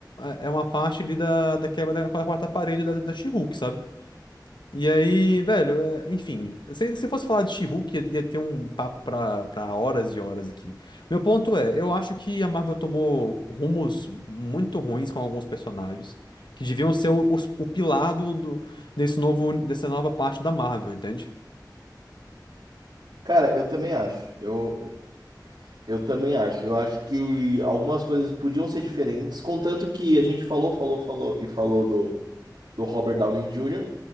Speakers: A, on the left (about 85°); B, on the right (about 75°).
A: É uma parte ali da, da quebra da quarta parede da, da she sabe? E aí, velho, é, enfim, se, se fosse falar de She-Hulk, ia, ia ter um papo pra, pra horas e horas aqui. Meu ponto é, eu acho que a Marvel tomou rumos muito ruins com alguns personagens, que deviam ser o, os- o pilar do, do- desse novo, dessa nova parte da Marvel, entende?
B: Cara, eu também acho. Eu, eu também acho. Eu acho que algumas coisas podiam ser diferentes, contanto que a gente falou, falou, falou e falou do, do Robert Downey Jr.